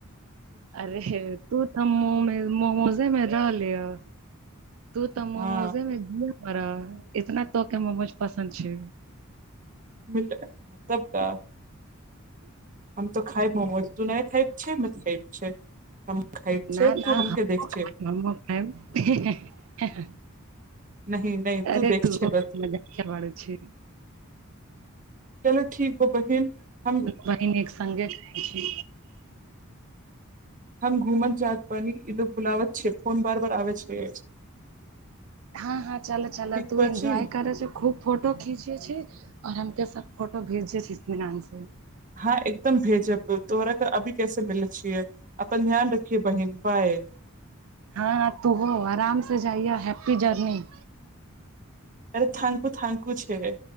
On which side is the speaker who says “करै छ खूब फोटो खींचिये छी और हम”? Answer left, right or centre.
Right